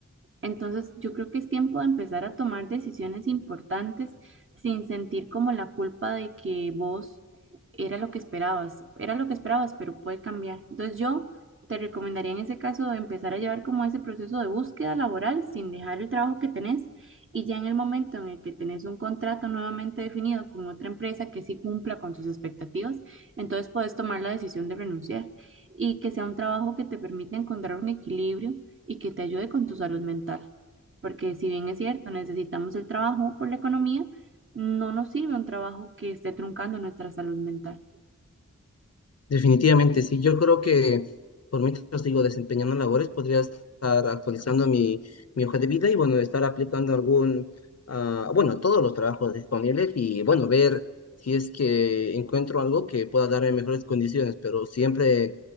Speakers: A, on the right; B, on the left.
A: Entonces, yo creo que es tiempo de empezar a tomar decisiones importantes sin sentir como la culpa de que vos era lo que esperabas, era lo que esperabas, pero puede cambiar. Entonces, yo te recomendaría en ese caso empezar a llevar como ese proceso de búsqueda laboral sin dejar el trabajo que tenés y ya en el momento en el que tenés un contrato nuevamente definido con otra empresa que sí cumpla con tus expectativas, entonces puedes tomar la decisión de renunciar y que sea un trabajo que te permita encontrar un equilibrio y que te ayude con tu salud mental. Porque si bien es cierto, necesitamos el trabajo por la economía, no nos sirve un trabajo que esté truncando nuestra salud mental.
B: Definitivamente, sí. Yo creo que por mientras digo desempeñando labores, podría estar actualizando mi, mi hoja de vida y bueno, estar aplicando algún, ah, bueno, todos los trabajos disponibles y bueno, ver si es que encuentro algo que pueda darme mejores condiciones, pero siempre